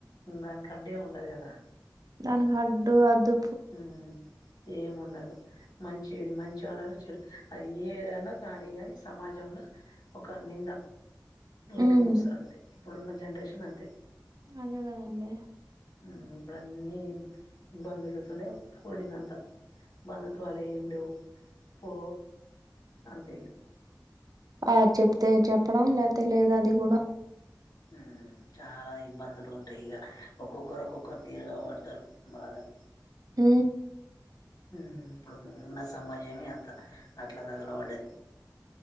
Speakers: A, on the left (about 70°); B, on the right (about 60°).
A: దానికి అడ్డు ఏం ఉండదు కదా
B: దానికి హడ్డు అదు
A: ఉమ్ ఏం ఉండదు మంచిని మంచు అనరు చెడు అది ఏదైనా కానీ గానీ సమాజంలో ఒక నింద లేక
B: ఉమ్
A: మోస్తారు అంతే ఇప్పుడున్న జనరేషన్ అంతే
B: అదే గదండి
A: ఊ ఇప్పుడు అన్నీ ఇబ్బందులతోనే కూడిందంతా బంధుత్వాలు ఏం లేవు పో అంతే ఇగ
B: ఆర్ చెప్తే చెప్పడం లేకపోతే లేదు అది కూడా
A: ఊ చాలా ఇబ్బందులు ఉంటాయి ఇగ ఒక్కొక్కరు ఒక్కొక్కరు తీరుగా వాడతారు బాధలు
B: ఊ
A: ఊ ఇప్పుడు ఉన్న సమాజమే అంత అట్లా తగల పడ్డది